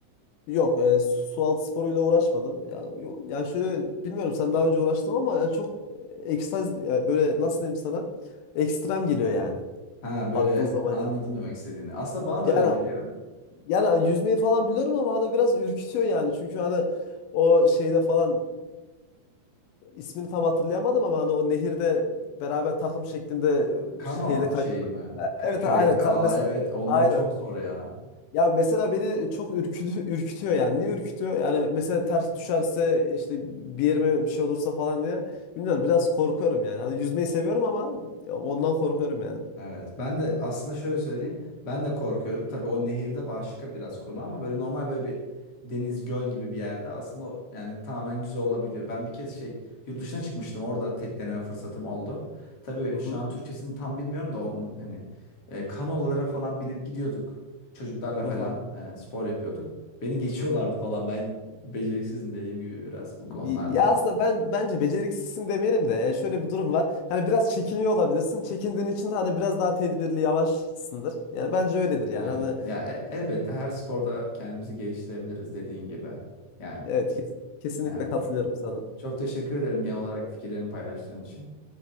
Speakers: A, on the left; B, on the left.
A: Yok, e, su altı sporuyla uğraşmadım. Ya yo- yani şöyle bilmiyorum sen daha önce uğraştın ama yani çok ekstaz ya böyle nasıl diyeyim sana? Ekstrem geliyor yani.
B: Ha böyle
A: Baktığın zaman
B: anladım
A: yani.
B: demek istediğini. Aslında bana
A: Yani
B: da öyle geliyor.
A: Yani hani yüzmeyi falan biliyorum ama hani biraz ürkütüyor yani. Çünkü hani o şeyde falan ismini tam hatırlayamadım ama hani o nehirde beraber takım şeklinde
B: Kano
A: şeyde kayıyorlar.
B: şey mi? K-
A: Evet
B: Kürekle.
A: aynen Ka-
B: Aa
A: mesela
B: evet onlar
A: aynen.
B: çok zor ya.
A: Ya mesela beni çok ürkütü, ürkütüyor yani. Niye ürkütüyor? Yani mesela ters düşerse işte bir yerime bir şey olursa falan diye. Bilmiyorum biraz korkuyorum yani. Hani yüzmeyi seviyorum ama ya ondan korkuyorum yani.
B: Evet. Ben de aslında şöyle söyleyeyim. Ben de korkuyorum. Tabii o nehirde başka biraz konu ama böyle normal böyle bir deniz göl gibi bir yerde aslında o- yani tamamen güzel olabiliyor. Ben bir kez şey yurt dışına çıkmıştım. Orada tek deneme fırsatım oldu. Tabii
A: Hı hı.
B: şu an Türkçesini tam bilmiyorum da onun hani e, kanolalara falan binip gidiyorduk. Çocuklarla falan
A: Hı hı.
B: e, spor yapıyorduk. Beni geçiyorlardı falan. Ben beceriksizim dediğim gibi biraz bu konularda.
A: Ya aslında ben bence beceriksizsin demeyelim de e, şöyle bir durum var. Hani biraz çekiniyor olabilirsin. Çekindiğin için de hani biraz daha tedbirli, yavaşsındır. Yani bence öyledir yani.
B: Evet.
A: Hani
B: Ya e- elbette her sporda kendimizi geliştirebiliriz dediğin gibi. Yani.
A: evet kes- kesinlikle
B: Evet.
A: katılıyorum sana.
B: Çok teşekkür ederim genel olarak fikirlerini paylaştığın için.